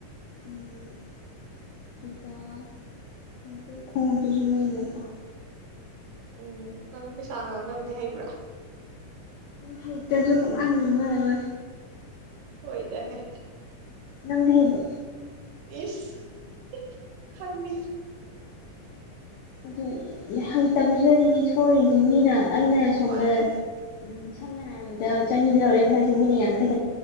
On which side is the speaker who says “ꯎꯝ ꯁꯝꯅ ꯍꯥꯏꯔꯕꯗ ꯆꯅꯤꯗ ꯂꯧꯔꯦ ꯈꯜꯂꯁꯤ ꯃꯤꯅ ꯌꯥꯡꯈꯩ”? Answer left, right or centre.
Left